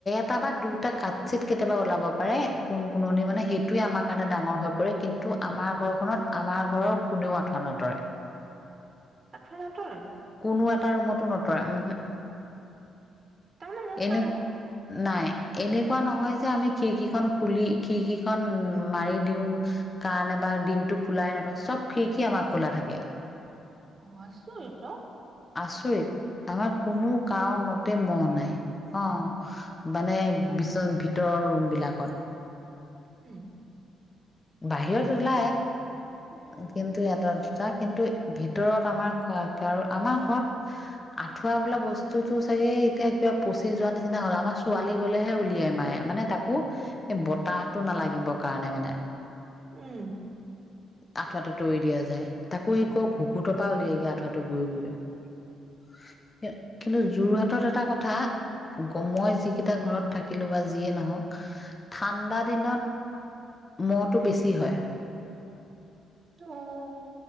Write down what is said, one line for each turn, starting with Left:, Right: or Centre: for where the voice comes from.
Left: এটা বা দুটা কাঠ চিত কেতিয়াবা ওলাব পাৰে, কোন কোননি মানে সেইটোৱে আমাৰ কাৰণে ডাঙৰ হৈ পৰে। কিন্তু আমাৰ ঘৰখনত আমাৰ ঘৰৰ কোনেও আঁঠুৱা নতৰে।
Right: আঠুঁৱা নতৰে?
Left: কোনো এটা ৰুমতো নতৰে ওমহু।
Right: তাৰমানে মহ
Left: এনক
Right: নাই
Left: নাই। এনেকুৱা নহয় যে আমি খিৰিকীখন খুলি খিৰিকিখন মাৰি দিও কাৰণে বা দিনটো খোলাই নথওঁ চব খিৰিকি আমাৰ খোলা থাকে।
Right: অ' আছো আও এট'।
Left: আচৰিত আমাৰ কোনো কাৰণতে মহ নাই অ' মানে বিচ-ভিতৰ ৰুম বিলাকত।
Right: উম।
Left: বাহিৰত ওলাই।
Right: উম
Left: কিন্তু এটা দুটা কিন্তু ভিতৰত আমাৰ <unintelligible> আৰু আমাৰ ঘৰত আঠুৱা বোলা বস্তুটো চাগে এতিয়া কিবা পচি যোৱা নিচিনা হ'ল। আমাৰ ছোৱালী গলেহে উলিয়াই মাই মানে তাকো এই বতাহটো নালাগিব কাৰণে মানে।
Right: উম।
Left: আঠুৱাটো তৰি দিয়া যায়। তাকো এই কৌৰ ঘুঁকুতৰ পৰা উলিয়াইগে আঠুৱাটো গৈ গৈ <inaudible> কিন্তু যোৰহাটত এটা কথা, গৈ মই যিকেইটা ঘৰত থাকিলোঁ, বা যিয়েই নহওক, ঠাণ্ডা দিনত মহ টো বেছি হয়
Right: অ'।